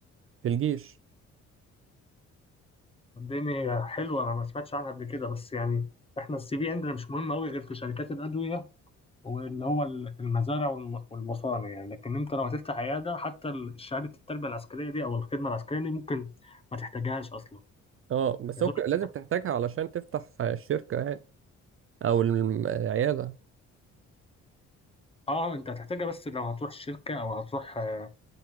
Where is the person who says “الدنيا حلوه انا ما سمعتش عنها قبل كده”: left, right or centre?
Left